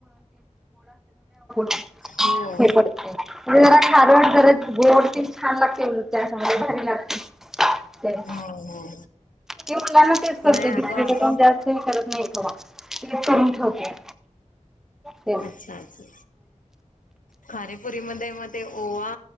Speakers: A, in the centre; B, on the left.
A: <unintelligible>
B: हो
A: हे पडते, जरा ठारी करं गोड तेन छान लागते उलट चा संगं लय भारी लागतय.
B: हो हो
A: मुलांना तेच करते
B: नाही अगं
A: बिस्किटं तेन जास्त नई करत. नाइ का ते करून ठेवते. ते
B: अच्छा अच्छा खारेपुरी मध्ये म ते ओवा,